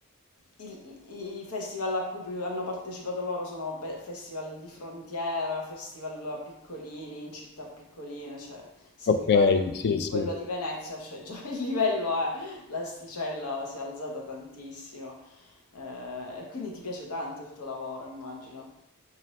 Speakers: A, on the left (about 80°); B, on the left (about 45°).
A: il- I festival a cui hanno partecipato loro sono pe- festival di frontiera, festival piccolini, in città piccoline, cioè se
B: Ok,
A: mi parli di,
B: sì,
A: di
B: sì.
A: quello di Venezia, cioè già il livello è, l'asticella si è alzata tantissimo. Eh, e quindi ti piace tanto il tuo lavoro, immagino.